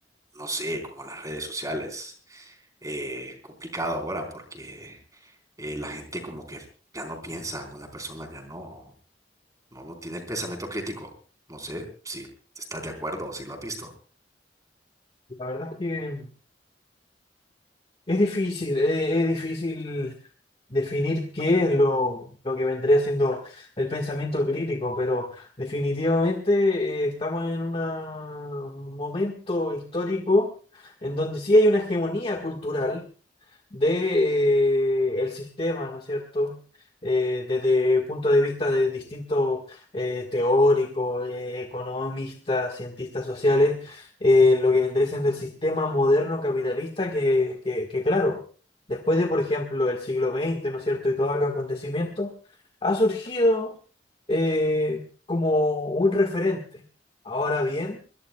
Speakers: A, on the right; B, on the left.
A: no sé, como las redes sociales, eh, complicado ahora porque eh, la gente como que ya no piensa, alguna persona ya no, no, no tiene pensamiento crítico. No sé si estás de acuerdo o si lo has visto.
B: La verdad es que Es difícil, eh, es, difícil definir qué es lo, lo que vendría siendo el pensamiento crítico, pero definitivamente eh, estamos en una- un momento histórico en donde sí hay una hegemonía cultural de, eh, el sistema, ¿no es cierto? Eh, desde el punto de vista de distintos eh, teóricos, eh, economistas, cientistas sociales, eh, lo que vendría siendo el sistema moderno capitalista que, que, que, claro, después de, por ejemplo, el siglo XX, ¿no es cierto? Y todos los acontecimientos, ha surgido eh, como un referente. Ahora bien,